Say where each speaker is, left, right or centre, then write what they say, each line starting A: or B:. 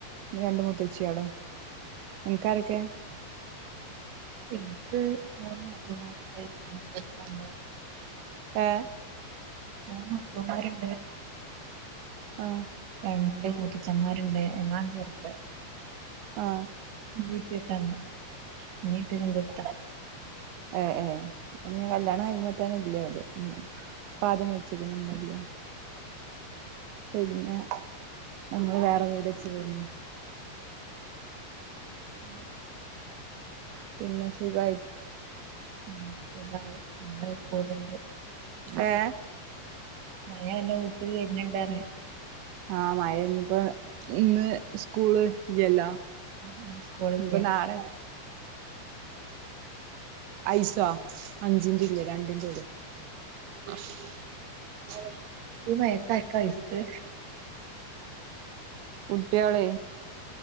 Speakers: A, on the right; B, on the right.
A: രണ്ട് മൂത്തച്ഛിയാളും അൻ ക്ക് ആരൊക്കെ
B: ഇൻക്ക് മൂന്ന് നാത്തൂന്മാര്ണ്ട് മൂത്തച്ഛണ്ട്.
A: ഏ
B: മൂന്ന് നാത്തൂന്മാര്ണ്ട്
A: ആ
B: രണ്ട് മൂത്തച്ഛന്മാര്ണ്ട് ഞങ്ങളാണ് ചെർത്
A: ആ
B: ഇമ്മീം ഇപ്പീംക്കെണ്ട് ഇമ്മീ ഇപ്പെ ക്കെ ഇന്റെ ട്ത്താ
A: എ ഏ ഇങ്ങ്കല്യാണം കഴിക്കുമ്പൊതന്നെ ഇല്ല്യ ഓല് ഉം ഇപ്പാദ്യം മരിച്ച്ക്ക്ണ് ഇമ്മല്ല്യ പിന്നെ നമ്മള് വേറെ വീട് വെച്ച് പോന്ന് ഉം പിന്നെ സുഖായി
B: ഉം എന്തായി മഴ കൂട്ണ്ട്
A: ഏ
B: മഴ നല്ല ഊക്കില് വര്ന്ന്ണ്ട് അറയ
A: ആ മഴ ഇഞ്ഞ്പ്പോ ഇന്ന് സ്കൂള് ഇല്ല്യല്ലോ
B: ഇന്ന് സ്കൂളില്ല
A: ഇഞ്ഞ്പ്പൊ നാളെ ഐസോ അഞ്ചിന്റ്‌ല്ല്യ രണ്ടിന്റെള്ളൂ അ ഒയ്
B: ഈ മഴത്താർക്കാഐസ്
A: കുട്ട്യാള്